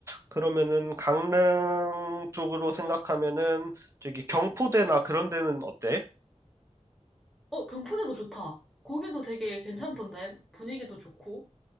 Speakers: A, on the right (about 25°); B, in the centre.
A: 그러면은 강릉 쪽으로 생각하면은 저기 경포대나 그런 데는 어때?
B: 어, 경포대도 좋다. 거기도 되게 괜찮던데. 분위기도 좋고.